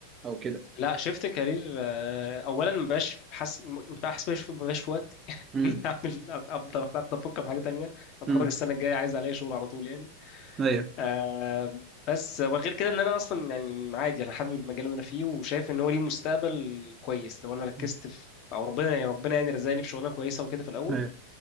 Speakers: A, on the right (about 25°); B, on the left (about 40°).
A: او كده
B: لا شفت كارير آه، اولا مبقاش حاسس مبقاش مبقاش مبقاش في وقت <laughs>
A: امم
B: إن اعمل افضل ابدا افكر في حاجه تانية اتخرج
A: امم
B: السنه الجايه عايز الاقي شغل على طول يعني
A: ايوه
B: آه، بس وغير كده ان انا اصلا يعني عادي انا حابب المجال اللي انا فيه وشايف ان هو ليه مستقبل كويس لو انا ركزت
A: مم.
B: في او ربنا يعني ربنا يعني رزقني بشغلانه كويسه وكده في الاول
A: ايوه